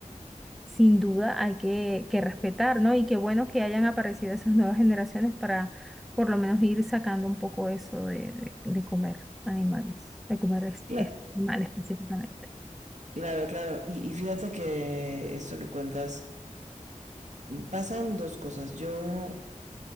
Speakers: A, in the centre; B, on the right.
A: sin duda hay que, que respetar, ¿no? Y qué bueno que hayan aparecido esas nuevas generaciones para por lo menos ir sacando un poco eso de, de- de comer animales, de comer es-
B: Cla-
A: es- animales específicamente.
B: claro, claro. Y, y fíjate que esto que cuentas, pasan dos cosas. Yo,